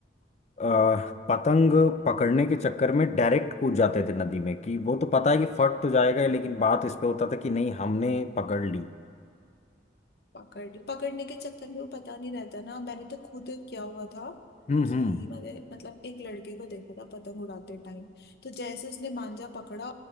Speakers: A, on the left (about 40°); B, on the left (about 60°).
A: अ, पतंग पकड़ने के चक्कर में डायरेक्ट कूद जाते थे नदी में कि वो तो पता है कि फट तो जाएगा ही, लेकिन बात इस पे होता था कि नहीं हमने पकड़ ली
B: पकड़ पकड़ने के चक्कर में वो पता नहीं रहता ना मैंने तो खुद क्या हुआ था
A: हम्म
B: कि
A: हम्म
B: मैंने मतलब एक लड़के को देखा था पतंग उड़ाते टाइम तो जैसे उसने मांजा पकड़ा